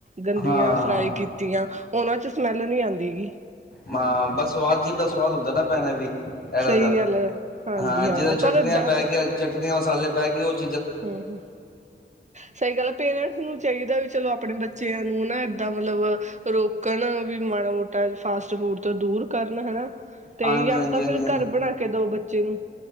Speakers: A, on the right; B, on the left.
A: ਗੰਦੀਆਂ
B: ਹਾਂ
A: ਫਰਾਈ ਕੀਤੀਆਂ, ਉਹਨਾਂ ਚੋਂ ਸਮੈਲ ਨਹੀਂ ਆਂਦੀ ਹੈਗੀ।
B: ਮਾਂ ਬੱਸ ਸਵਾਦ ਜੀਭ ਦਾ ਸਵਾਦ ਹੁੰਦਾ ਨਾ ਪੈਣਾ ਵੀ ਇਹਨਾਂ
A: ਸਹੀ
B: ਦਾ,
A: ਗੱਲ ਹੈ ਹਾਂਜੀ
B: ਹਾਂ ਜਿੱਦਾਂ ਚਟਣੀਆਂ
A: ਪਰ ਜਾ
B: ਪੈ ਗੀਆਂ ਚਟਨੀਆਂ ਮਸਾਲੇ ਪੈ ਗਏ ਓਹ ਚ
A: ਹੂੰ-ਹੂੰ, ਸਹੀ ਗੱਲ ਐ, ਪੇਰੈਂਟਸ ਨੂੰ ਚਾਹੀਦਾ ਵੀ ਚਲੋ ਆਪਣੇ ਬੱਚਿਆਂ ਨੂੰ ਨਾ, ਏਦਾਂ ਮਤਲਬ ਰੋਕਣ, ਵੀ ਮਾੜਾ ਮੋਟਾ ਫਾਸਟ ਫੂਡ ਤੋਂ ਦੂਰ ਕਰਨ ਹਨਾ। ਤੇ
B: ਹਾਂਜੀ
A: ਜਾਂ
B: ਹਾਂਜੀ
A: ਤਾਂ
B: ਹਾਂਜੀ
A: ਫਿਰ ਘਰ ਬਣਾ ਕੇ ਦੋ ਬੱਚੇ ਨੂੰ।